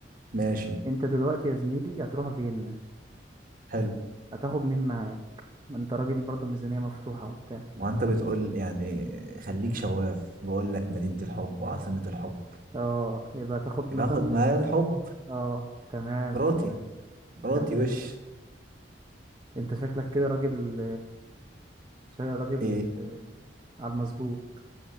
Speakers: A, on the right; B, on the right.
A: ماشي
B: انت دلوقتي يا زميلي هتروح فيينا
A: حلو
B: هتاخد مين معاك ما انت راجل برضه ميزانية مفتوحة وبتاع
A: ما انت بتقول يعني خليك شواف بقول لك مدينة الحب وعاصمة الحب
B: اه يبقى هتاخد
A: يبقى
B: مثلا
A: اخد معايا الحب
B: اه تمام
A: مراتي مراتي
B: تمام
A: وش
B: انت شكلك كده راجل شاي راجل
A: ايه
B: آه على المظبوط